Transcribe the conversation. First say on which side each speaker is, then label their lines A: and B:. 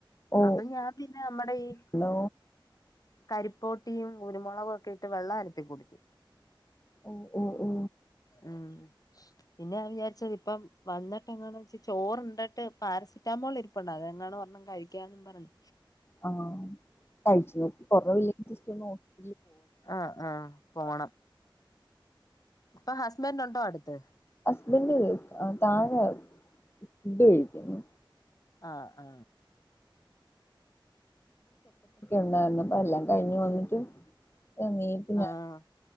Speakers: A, on the left (about 25°); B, on the left (about 45°).
A: ഓ
B: അപ്പം ഞാൻ പിന്നെ നമ്മുടെ ഈ
A: പോയിട്ടുണ്ടോ
B: കരിപ്പോട്ടിയും കുരുമുളകും ഒക്കെ ഇട്ട് വെള്ളം അനത്തി കുടിച്ചു
A: ഓ ഓ ഓ
B: ഉം പിന്നെൻ വിചാരിച്ചത് ഇപ്പം വന്നിട്ട് എങ്ങാണും വെച്ച ചോറ്ണ്ട് ട്ട് പാരസിറ്റാമോൾ ഇരിപ്പുണ്ട് അതെങ്ങാണോ ണം കഴിക്കാന്നും പറഞ്
A: ആഹ് കഴിച്ചുനോക്കി കൊറവില്ലെങ്കി ജ സ്റ്റൊന്നു ഹോ
B: ആ ആ പോണം ഇപ്പ ഹസ്ബന്റ് ഉണ്ടോ അടുത്ത്
A: ഹസ്ബൻഡ് താഴെ ഫുഡ് കഴിക്കുന്നു
B: ആ ആ
A: ഉണ്ടായിന്നു അപ്പ എല്ലാം കഴിഞ്ഞ് വന്നിട്ട് എനീട്ട്
B: ആഹ്
A: ഞാൻ